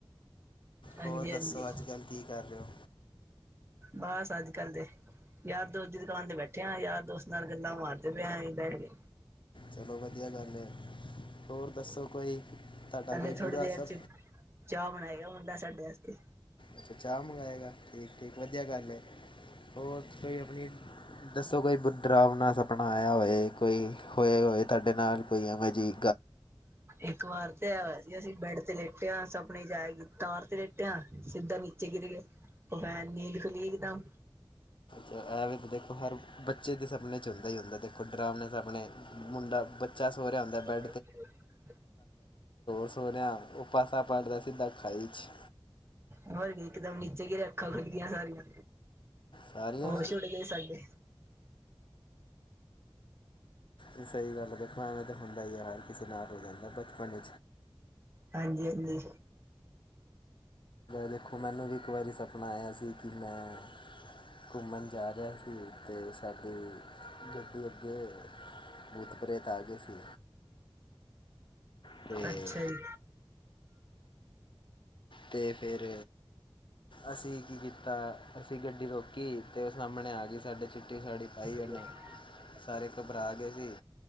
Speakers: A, on the right; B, on the left.
A: ਹਾਂਜੀ-ਹਾਂਜੀ
B: ਹੋਰ ਦੱਸੋ ਅੱਜ ਕੱਲ੍ਹ ਕੀ ਕਰ ਰਹੇ ਹੋ
A: ਬਸ ਅੱਜ-ਕਲ ਦੇ ਯਾਰ ਦੋਸਤ ਦੁਕਾਨ ਤੇ ਬੈਠੇ ਯਾਰ ਦੋਸਤ ਨਾਲ ਗੱਲਾਂ ਮਾਰਦੇ ਪਏ ਬੈ ਕੇ
B: ਚਲੋ ਵਧੀਆ ਗੱਲ ਹੈ। ਹੋਰ ਦੱਸੋ ਕੋਈ ਤੁਹਾਡਾ
A: ਪਲੇ
B: ਕੋਈ
A: ਥੋੜ੍ਹੀ
B: ਬੁਰਾ
A: ਦੇਰ
B: ਸਭ
A: ਚ ਚਾਹ ਬਣਾਇਆ ਹੁੰਦਾ ਸਾਡਾ, ਬਾਸਤੇ
B: ਅੱਛਾ ਚਾਹ ਮੰਗਵਾਏਗਾ ਠੀਕ ਠੀਕ ਵਧੀਆ ਗੱਲ ਐ, ਹੋਰ ਕੋਈ ਆਪਣੀ ਦੱਸੋ ਕੋਈ ਬੁੱਧ ਰਾਮ ਨਾਲ ਸਪਨਾ ਆਇਆ ਹੋਏ ਕੋਈ ਹੋਏ ਹੋਏ ਤੁਹਾਡੇ ਨਾਲ ਕੋਈ ਐਵੇਂ ਜੀ।
A: ਇੱਕ ਵਾਰ ਤੇ ਹੈ ਅਸੀਂ ਬੈਡ ਤੇ ਲੇਟਿਆਾਂ ਸਪਨੇ ਜਾਈ ਤਾਰ ਤੇ ਲੇਟਿਆ ਸਿੱਧਾ ਨੀਚੇ ਗਿਰ ਗਿਆ, ਬਹਿ ਨੀਲ ਕਲੀਨਦਾ,
B: ਛਾ ਇਹ ਵੀ ਤਾਂ ਦੇਖੋ ਹਰ ਬੱਚੇ ਦੇ ਸਪਨ 'ਚੋਂਦਾ ਹੀ ਹੁੰਦਾ ਦੇਖੋ ਡਰਾਮਣੇ ਸਪਣੇ ਮੁੰਡਾ, ਬੱਚਾ ਸੋ ਰਿਆ ਹੁੰਦਾ ਪਰ
A: ਹ
B: ਸੋ ਰਿਹਾ ਉਹ ਪਾਸਾ ਪਲਟਦਾ ਸਿੱਧਾ ਖਾਈ 'ਚ
A: ਹੋਰ ਇੱਕਦਮ ਨੀਚੇ ਗਿਰਿਆ ਅੱਖਾ ਖੁਲਗੀਆ ਸਾਰੀਆਂ
B: ਸਾਰੀਆਂ
A: ਹੋਸ ਉਡ ਗਏ ਸਾਡੇ,
B: ਇਹ ਸਹੀ ਗੱਲ ਹੈ ਦੇਖੋ ਐਵੇਂ ਤਾਂ ਹੁੰਦਾ ਹੀ ਹੈ ਹਰ ਕਿਸੇ ਨਾਲ ਹੋ ਜਾਂਦਾ ਬਚਪਨ
A: ਹਾਂਜੀ-ਹਾਂਜੀ,
B: ਦੇਖੋ ਮੈਨੂੰ ਵੀ ਇੱਕ ਵਾਰੀ ਸਪਨਾ ਆਇਆ ਸੀ ਕਿ ਮੈਂ, ਘੁੰਮਣ ਜਾ ਰਿਹਾ ਸੀ ਅਤੇ ਸਾਡੀ ਗੱਡੀ ਅੱਗੇ, ਬੂਤ ਪ੍ਰੇਤ ਆਗੀ ਸੀ, ਅਤੇ
A: ਅੱਛਾ ਜੀ
B: ਤੇ ਫੇਰ ਅਸੀਂ ਕੀ ਕੀਤਾ ਅਸੀਂ ਗੱਡੀ ਰੋਕੀ ਤੇ ਉਹ ਸਾਹਮਣੇ ਆ ਸਾਡੇ ਚਿੱਟੀ ਸਾੜੀ ਪਾਈ ਉਹਨੇ
A: ਹ
B: ਸਾਰੇ ਘਬਰਾ ਗਏ ਸੀ